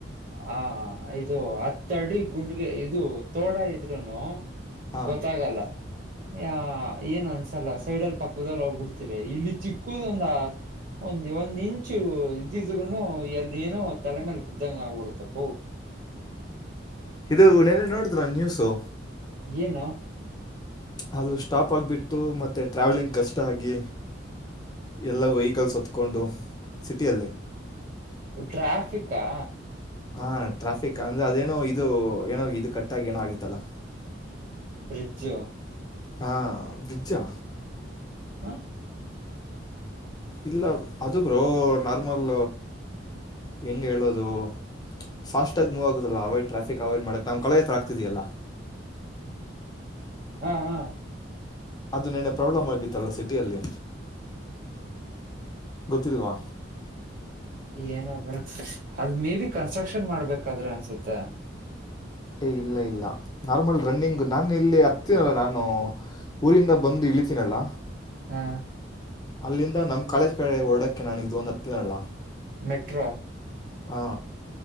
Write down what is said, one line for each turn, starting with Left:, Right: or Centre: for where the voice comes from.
Right: ಹ ಇದು ಅತ್ತಡಿ ಗುಂಡ್ಗೆ ಇದು ತೋಡ ಇದ್ರುನು
Left: ಹಾ
Right: ಗೊತ್ತಾಗಲ್ಲ ಆ ಏನ್ ಅನ್ಸಲ್ಲ ಸೈಡ್ಲಪಕ್ಕ ಕೂದಲ್ ಹೋಗ್ಬಿಡ್ತೀರಿ ಇಲ್ಲಿ ಚಿಕ್ಕುದ ಒಂದ ಒಂದು ಮುಂಚು ಇದ್ದಿದ್ರುನು ಎಲ್ಲಿ ಏನೋ ತಲೆ ಮೇಲೆ ಬಿದ್ದಂಗ ಆಗ್ಬಿಡುತ್ತತಿ
Left: ಇದು ನೆನ್ನೆ ನೋಡುದ್ರಾ ನ್ಯೂಸು
Right: ಏನು
Left: ಅದು ಸ್ಟಾಪ್ ಆಗಿಬಿಟ್ಟು ಮತ್ತು ಟ್ರಾವೆಲಿಂಗ್ ಕಷ್ಟ ಆಗಿ ಎಲ್ಲ ವೆಹಿಕಲ್ಸ್ ಹತ್ಕೊಂಡು ಸಿಟಿಯಲ್ಲಿ
Right: ಟ್ರಾಫಿಕಾ
Left: ಹಾ ಟ್ರಾಫಿಕ್ ಅಂದ್ರೆ ಅದೇನೋ ಇದು ಏನೋ ಇದು ಕಟ್ಟಾಗಿ ಏನೋ ಆಗಿತ್ತಲ್ಲ
Right: ಬ್ರಿಡ್ಜು
Left: ಹಾ ಬ್ರಿಜ್ಜಾ
Right: ಹ
Left: ಇಲ್ಲ ಅದು ಬ್ರೋ ನಾರ್ಮಲ್ ಹೆಂಗ ಹೇಳೋದು ಫಾಸ್ಟ್ ಟಾಗ್ ಮೂವ್ ಆಗುತ್ತಲ್ಲ ಅವ್ ಟ್ರಾಫಿಕ್ ಅವಾಯ್ಡ್ ಮಾಡಕ ನ ಕಳೆ ಹತ್ರ ಆಗ್ತಿದೆಯಲ್ಲ
Right: ಹಾ ಹಾ
Left: ಅದು ನಿನ್ನೆ ಪ್ರಾಬ್ಲಮ್ ಆಗಿತ್ತಲ್ಲ ಸಿಟಿಯಲ್ಲಿ ಗೊತ್ತಿಲ್ವಾ
Right: ಏನಬ ಅದು ಮೇ ಬಿ ಕನಕ್ಷನ್ ಮಾಡ್ಬೇಕಾದ್ರೆ ಅನ್ಸುತ್ತೆ
Left: ಏ ಇಲ್ಲ ಇಲ್ಲ ನಾರ್ಮಲ್ ರನ್ನಿಂಗ್ ನಾನು ಇಲ್ಲಿ ಹತ್ತಿನಲ್ಲ ನಾನು ಊರಿಂದ ಬಂದು ಇಳಿತೀನಲ್ಲ
Right: ಹಾ
Left: ಅಲ್ಲಿಂದ ನಮ್ ಕಾಲೇಜ್ ಕಡೆ ಓಡಕ್ಕೆೆ ನಾನು ಇದು ಒಂದ್ ಹತ್ತಿದನಲ್ಲ
Right: ಮೆಟ್ರೋ
Left: ಹಾ